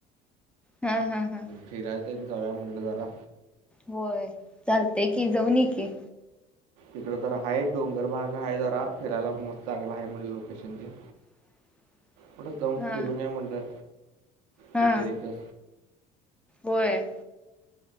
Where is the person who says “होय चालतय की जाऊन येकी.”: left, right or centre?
Centre